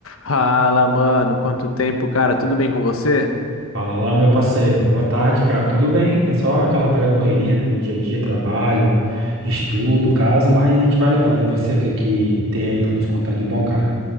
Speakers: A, on the left (about 70°); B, on the right (about 60°).
A: Fala, mano, quanto tempo, cara? Tudo bem com você?
B: Fala, meu parceiro. Boa tarde, cara. Tudo bem? É só aquela velha correria, né, do dia a dia, trabalho, estudo, casa, mas a gente vai levando. E você, o que que tem aí pra nos contar de bom, cara?